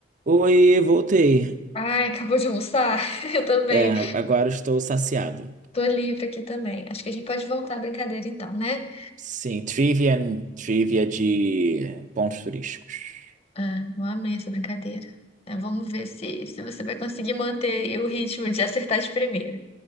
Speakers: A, on the right (about 45°); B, on the left (about 35°).
A: Oi, voltei.
B: Ai, acabou de almoçar? <laughs> Eu também.
A: É, agora estou saciado.
B: Tô livre aqui também. Acho que a gente pode voltar à brincadeira então, né?
A: Sim, trivia, trivia de pontos turísticos.
B: Ah, eu amei essa brincadeira. É, vamos ver se, se você vai conseguir manter o ritmo de acertar de primeira.